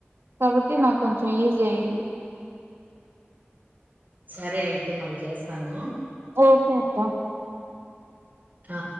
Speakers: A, on the right (about 70°); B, on the right (about 40°).
A: కాబట్టి నాక్ కొంచం ఈజీ అయ్యింది
B: సరే అయితే మళ్ళీ చేస్తాను
A: ఓకేప్ప
B: ఆ